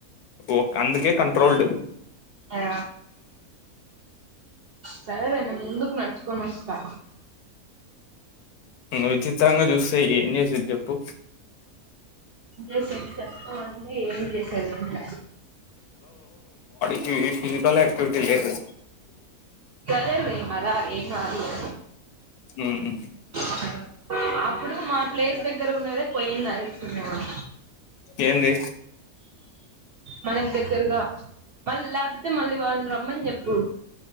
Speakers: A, on the left (about 80°); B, on the right (about 70°).
A: ఓ అందుకే కంట్రోల్డ్
B: ఆ సరేలే మేం ముందుకు నడుచుకొని వస్తా
A: మ్మ్ విచిత్రంగా చూస్తే ఏం చేసేది చెప్పు
B: ఏం చేసేది చెప్పు అంటె ఏమి చేసది ఇంగ
A: ఈ ఈ ఫిజికల్ యాక్టివిటీ చెయ్యల్ల
B: లేదు లే ఇంగ రా ఏం కాదు లే
A: మ్మ్
B: ఆ అప్పుడు మా ప్లేస్ దగ్గర ఉన్నదే పోయింది అనుకున్నాను
A: ఏంది
B: మనకి దగ్గరగా మళ్ళీ లేకపోతే మళ్ళీ వాళ్ళని రమ్మని చెప్పు